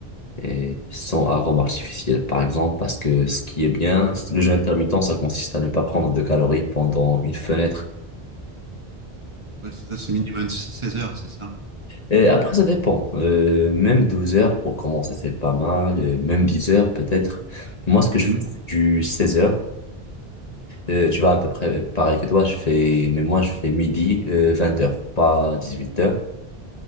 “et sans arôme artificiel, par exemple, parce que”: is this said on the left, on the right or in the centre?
Left